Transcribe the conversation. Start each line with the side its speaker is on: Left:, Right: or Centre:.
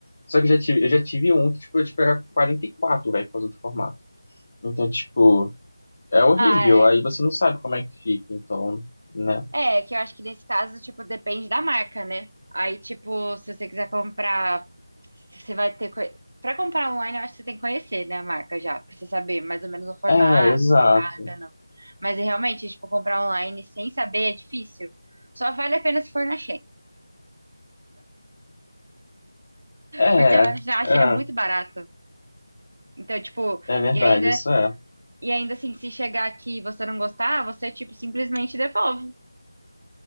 Left: Só que eu já tive, eu já tive um que, tipo, eu tipo, era 44 velho, por causa do formato. Então, tipo, é horrível.
Right: Ah, é.
Left: Aí você não sabe como é que fica, então, né?
Right: É, que eu acho que nesse caso, tipo, depende da marca, né? Aí, tipo, se você quiser comprar, você vai ter. co- Pra comprar online, eu acho que você tem que conhecer, né, a marca já, pra você saber mais ou menos o formato,
Left: É, exato.
Right: se cabe ou não. Mas realmente, tipo, comprar online sem saber é difícil. Só vale a pena se for na
Left: É,
Right: Porque ela já acha
Left: é,
Right: é muito barato. Então, tipo,
Left: é verdade,
Right: e ainda,
Left: isso é.
Right: e ainda assim, se chegar aqui e você não gostar, você, tipo, simplesmente devolve.